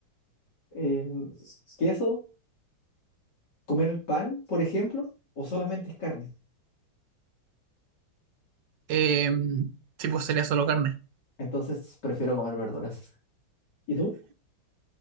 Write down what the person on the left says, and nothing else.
em, queso, comer pan, por ejemplo, o solamente es carne.
Entonces prefiero comer verduras. ¿Y tú?